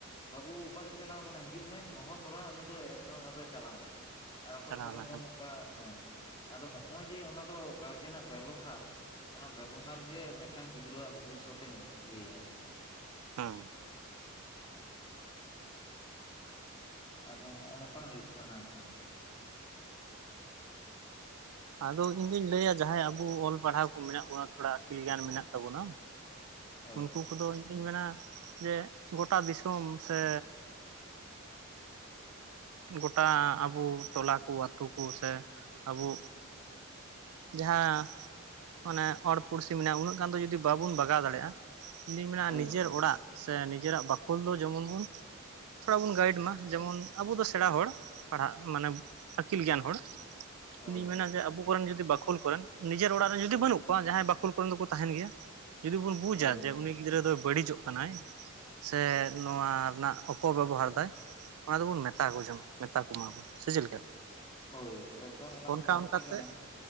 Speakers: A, on the left (about 25°); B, on the right (about 80°).
A: ᱵᱟᱹᱵᱩ ᱚᱠᱟᱛᱮᱢ ᱪᱟᱞᱟᱣ ᱟᱠᱟᱱᱟ ᱦᱤᱡᱩᱜ ᱢᱮ ᱦᱚᱦᱚ ᱛᱚᱨᱟ ᱩᱱᱤ ᱫᱚ ᱮᱠᱫᱚᱢ ᱟᱫᱚ ᱪᱟᱞᱟᱣᱱᱟᱭ ᱾ ᱟᱨ ᱚᱠᱚᱭ
B: ᱪᱟᱞᱟᱣᱱᱟ
A: ᱠᱚᱨᱮᱱ ᱫᱚ
B: ᱦᱮᱸ
A: ᱱᱚᱝᱠᱟ ᱦᱮᱸ ᱟᱫᱚ ᱦᱚᱜ-ᱚᱭ ᱡᱮ ᱚᱱᱟ ᱫᱚ ᱜᱟᱨᱡᱮᱱᱟᱜ ᱵᱮᱵᱚᱦᱟᱨ ᱚᱱᱟ ᱵᱮᱵᱚᱦᱟᱨ ᱜᱮ ᱢᱤᱫᱴᱟᱝ ᱜᱤᱫᱽᱨᱟᱹᱣᱟᱜ ᱵᱷᱚᱵᱤᱥᱚᱛ ᱤᱭᱟᱹᱟᱭ
B: <inaudible>
A: ᱟᱫᱚ ᱦᱚᱸᱜ-ᱚᱭ ᱱᱚᱝᱠᱟ ᱦᱩᱭᱩᱜ ᱠᱟᱱᱟ ᱟᱠᱷᱟᱱ
B: ᱟᱫᱚ ᱤᱧ ᱫᱩᱧ ᱞᱟᱹᱭᱟ ᱡᱮ ᱡᱟᱦᱟ ᱟᱵᱚ ᱚᱞ ᱯᱟᱲᱦᱟᱣ ᱠᱚ ᱢᱮᱱᱟᱜ ᱵᱚᱱᱟ ᱛᱷᱚᱲᱟ ᱟᱹᱠᱤᱞ ᱜᱮᱭᱟᱱ ᱢᱮᱱᱟᱜ ᱛᱟᱵᱚᱱᱟ
A: ᱦᱳᱭ
B: ᱩᱱᱠᱩ ᱠᱚᱫᱚ ᱤᱧᱫᱩᱧ ᱢᱮᱱᱟ ᱡᱮ ᱜᱳᱴᱟ ᱫᱤᱥᱚᱢ ᱥᱮ ᱜᱚᱴᱟ ᱟᱵᱚ ᱴᱚᱞᱟ ᱠᱚ ᱟᱛᱩ ᱠᱚ ᱥᱮ ᱟᱵᱚ ᱡᱟᱦᱟᱸ ᱢᱟᱱᱮ ᱦᱚᱲ ᱯᱩᱲᱥᱤ ᱢᱮᱱᱟ ᱩᱱᱟᱹᱜ ᱜᱟᱱ ᱫᱚ ᱡᱩᱫᱤ ᱵᱟᱵᱚᱱ ᱵᱟᱜᱟᱣ ᱫᱟᱲᱮᱭᱟᱜ-ᱟ ᱾ ᱤᱧ ᱫᱩᱧ ᱵᱟᱲᱟᱭ ᱢᱮᱱᱟ
A: ᱦᱳᱭ
B: ᱱᱤᱡᱮᱨ ᱚᱲᱟᱜ ᱥᱮ ᱱᱤᱡᱮᱨᱟᱜ ᱵᱟᱠᱷᱳᱞ ᱫᱚ ᱡᱮᱢᱚᱱ ᱵᱚᱱ ᱛᱷᱚᱲᱟ ᱵᱚᱱ ᱜᱟᱭᱤᱰ ᱢᱟ, ᱡᱮᱢᱚᱱ ᱟᱵᱚ ᱫᱚ ᱥᱮᱬᱟ ᱦᱚᱲ ᱯᱟᱲᱦᱟᱜ ᱢᱟᱱᱮ ᱟᱹᱠᱤᱞ ᱜᱮᱭᱟᱱ ᱦᱚᱲ
A: ᱦᱳᱭ
B: ᱤᱧ ᱫᱩᱧ ᱢᱮᱱᱟ ᱟᱵᱚ ᱠᱚᱨᱮᱱ ᱡᱩᱫᱤ ᱵᱟᱠᱷᱳᱞ ᱠᱚ ᱨᱮᱱ ᱱᱤᱡᱮᱨ ᱚᱲᱟᱜ ᱨᱮᱱ ᱡᱩᱫᱤ ᱵᱟᱹᱱᱩᱜ ᱠᱚᱣᱟ ᱡᱟᱦᱟᱸᱭ ᱵᱟᱹᱠᱷᱳᱞ ᱠᱚᱨᱮᱱ ᱫᱚᱠᱚ ᱛᱟᱦᱮᱱ ᱜᱮᱭᱟ ᱡᱩᱫᱤ ᱵᱚᱱ ᱵᱩᱡᱟ
A: ᱦᱳᱭ
B: ᱡᱮ, ᱩᱱᱤ ᱜᱤᱫᱽᱨᱟᱹ ᱫᱚᱭ ᱵᱟᱹᱲᱤᱡᱚᱜ ᱠᱟᱱᱟᱭ, ᱥᱮ ᱱᱚᱣᱟ ᱨᱮᱱᱟᱜ ᱚᱯᱚᱵᱮᱵᱚᱦᱟᱨᱫᱟᱭ, ᱚᱱᱟ ᱫᱚᱵᱚᱱ ᱢᱮᱛᱟ ᱠᱚ ᱡᱮ ᱢᱮᱛᱟ ᱠᱚᱢᱟᱵᱚᱱ, ᱥᱮ ᱪᱮᱫ ᱞᱮᱠᱟ?
A: ᱦᱳᱭ ᱮᱠᱫᱚᱢ ᱚᱱᱟ
B: ᱚᱱᱠᱟ
A: ᱜᱮ ᱞᱟᱹᱠᱛᱤ
B: ᱚᱱᱠᱟᱛᱮ
A: ᱠᱟᱱᱟ